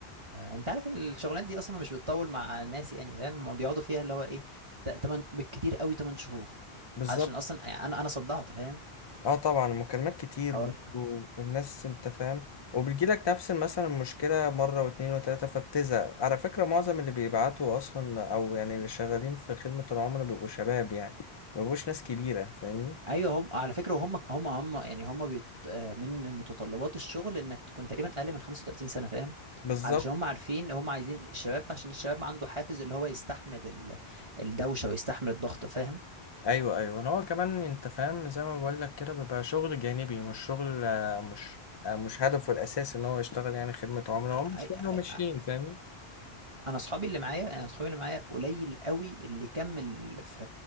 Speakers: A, on the right; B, on the left.
A: انت عارف الشغلانات دي اصلا مش بتطول مع الناس يعني فاهم هما بيقعدوا فيها اللي هو ايه ت- تمن بالكتير قوي 8 شهور
B: بالظبط.
A: عشان اصلا يعني انا انا صدعت فاهم
B: اه طبعا المكالمات كتير
A: الحوار
B: برضه والناس انت فاهم وبتجيلك نفس مثلا المشكلة مرة واتنين وتلاتة فبتزهق على فكرة معظم اللي بيبعتوا أصلا أو يعني اللي شغالين في خدمة العملاء بيبقوا شباب يعني مبيبقوش ناس كبيرة فاهمني
A: ايوه هم على فكره هم هم هم يعني هم بيت... آه، من متطلبات الشغل انك تكون تقريبا اقل من 35 سنه فاهم
B: بالظبط
A: علشان هم عارفين هم عايزين الشباب عشان الشباب عنده حافز اللي هو يستحمل ال... الدوشه ويستحمل الضغط فاهم
B: أيوه أيوه أنا هو كمان أنت فاهم زي ما بقول لك كده بيبقى شغل جانبي مش شغل آه، مش آه، مش هدفه الأساسي إن هو يشتغل يعني خدمة عملاء
A: أي...
B: هو مش هو
A: أي...
B: ماشيين فاهمني
A: انا اصحابي اللي معايا انا اصحابي اللي معايا قليل قوي اللي كمل في